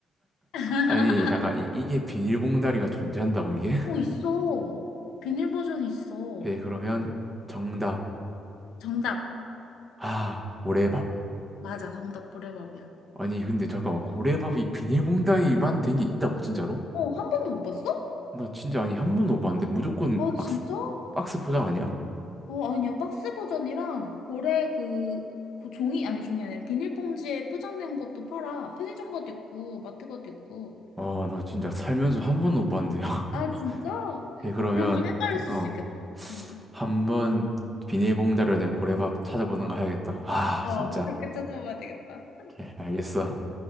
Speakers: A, on the left; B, on the right.
A: <laughs>
B: 아니 잠깐 이, 이게 비닐봉다리가 존재한다고 이게? <laughs>
A: 어, 있어. 비닐 버전이 있어.
B: 오케이 그러면 정답
A: 정답.
B: 아 고래밥
A: 맞아. 정답 보레밥이야.
B: 아니 근데 잠깐만 고래밥이 비닐봉다리만 된 게 있다고 진짜로?
A: 어, 한 번도 못 봤어?
B: 나 진짜 아니 한 번도 못 봤는데 무조건
A: 아,
B: 박스
A: 진짜?
B: 박스 포장 아니야?
A: 어, 아니야. 박스 버전이랑 보레 그, 그 종이, 아니 종이 아니라 비닐봉지에 포장된 것도 팔아. 편의점 것도 있고, 마트 것도 있고.
B: 어 나 진짜 살면서 한 번도 못 봤는데요 <laughs>
A: 아, 진짜?
B: 오케이 그러면
A: 아, 그럼 좀 헷갈렸을
B: 어
A: 수 있겠다. 음.
B: 한번 비닐봉다리로 된 고래밥 찾아보는 거 해야겠다 아
A: 어,
B: 진짜
A: 그렇게 찾아봐야 되겠다.
B: 오케이 알겠어